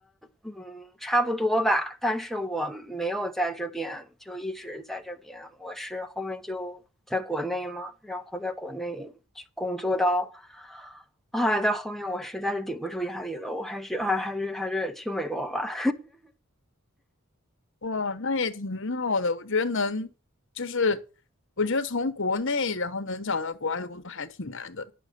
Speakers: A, in the centre; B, on the left (about 65°).
A: 嗯差不多吧，但是我没有在这边，就一直在这边。我是后面就在国内嘛，然后在国内去工作到，啊，到后面我实在是顶不住压力了，我还是啊还是还是去美国吧。
B: 哇，那也挺好的，我觉得能就是我觉得从国内然后能找到国外的工作还挺难的，